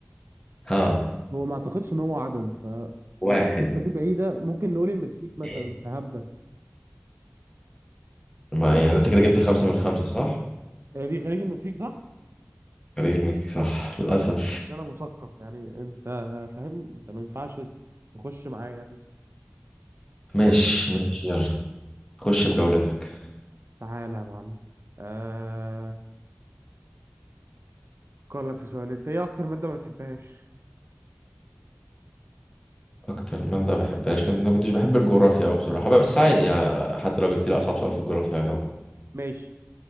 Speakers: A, on the left (about 20°); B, on the right (about 70°).
A: ها
B: هو ما اعتقدش ان هو عدم ف آه،
A: واحد
B: دي بعيده ممكن نقول المكسيك مثلا
A: اتنين.
B: هبدا
A: ما يعني انت كده جبت الخمسه من الخمسه صح
B: هي دي خليج المكسيك صح؟
A: خليج المكسيك صح
B: والله
A: للاسف
B: انا حاسس ان انا مثقف يعني انت فاهم انت ما ينفعش تخش معايا اساسا
A: ماشي
B: جاي
A: ماشي يلا خش بجولتك
B: تعالى يا معلم آه... افكر لك في سؤال انت ايه اكتر مادة ما بتحبهاش؟
A: اكتر ماده بحبهاش كنت ما كنتش بحب الجغرافيا قوي بصراحه بس عادي يا... حتى لو جبت لي اصعب سؤال في الجغرافيا هجاوبه
B: ماشي